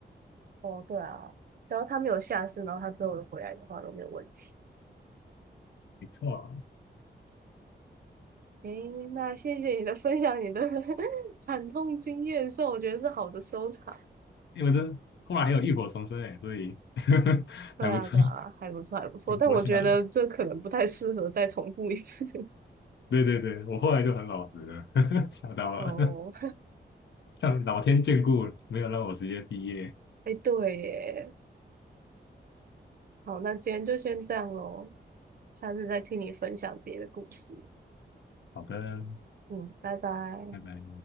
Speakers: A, on the right (about 55°); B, on the left (about 80°).
A: 乎。哦，对啊，只要它没有下市，然后它之后有回来的话都没有问题。
B: 没错啊
A: 诶，那谢谢你的分享，你的 <laughs> 惨痛经验，算我觉得是好的收场。
B: 因为这后来还有浴火重生哎，所以 <laughs>
A: 对啊，
B: 还不错，
A: 对啊，还不错，还不错，但我觉得这可能不太适合再重复一次。
B: 不会笑的。对对对，我后来就很老实了，<laughs> 吓到了，
A: 哦，
B: <laughs> 像老天眷顾，没有让我直接毕业。
A: <laughs> 哎，对耶，好，那今天就先这样喽，下次再听你分享别的故事。
B: 好的，
A: 嗯，拜拜。
B: 拜拜。